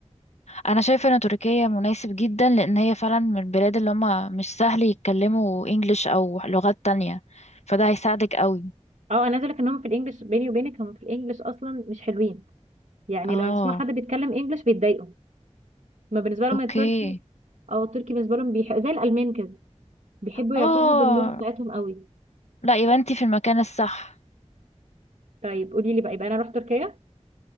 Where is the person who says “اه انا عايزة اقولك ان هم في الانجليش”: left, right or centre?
Right